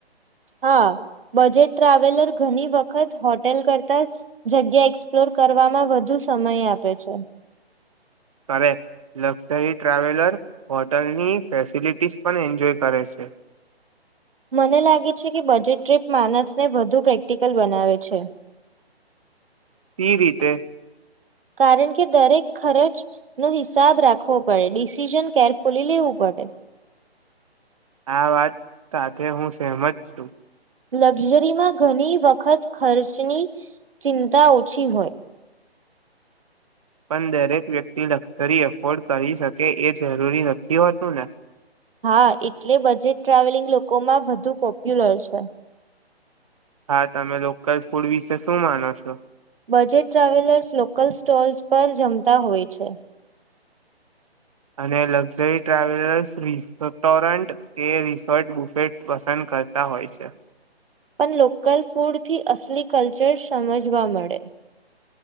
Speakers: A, on the right; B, on the right.
A: હા, બજેટ ટ્રાવેલર ઘની વખત હોટેલ કરતા જગ્યા એક્સપ્લોર કરવામાં વધુ સમય આપે છે.
B: કરેક્ટ, લક્ઝરી ટ્રાવેલર હોટલની ફેસિલિટીઝ પન એન્જોય કરે છે.
A: મને લાગે છે કે બજેટ ટ્રીપ માનસને વધુ પ્રેક્ટિકલ બનાવે છે.
B: કી રીતે?
A: કારન કે દરેક ખરચનો હિસાબ રાખવો પડે ડિસિઝન કેરફુલી લેવું પડે.
B: આ વાત સાથે હું સેહમત છું.
A: લક્ઝરીમાં ઘની વખત ખર્ચની ચિંતા ઓછી હોય.
B: પન દરેક વ્યક્તિ લક્સરી એફોર્ડ કરી શકે એ જરૂરી નથી હોતું ને?
A: હા, એટલે બજેટ ટ્રાવેલિંગ લોકોમાં વધુ પોપ્યુલર છે.
B: હા, તમે લોકલ ફૂડ વિશે શું માનો છો?
A: બજેટ ટ્રાવેલર્સ લોકલ સ્ટોલ્સ પર જમતા હોય છે.
B: અને લક્ઝરી ટ્રાવેલર્સ રિસસ્ટોરન્ટ કે રિસોર્ટ બુફેટ પસંદ કરતા હોય છે.
A: પન લોકલ ફૂડથી અસલી કલ્ચર સમજવા મળે.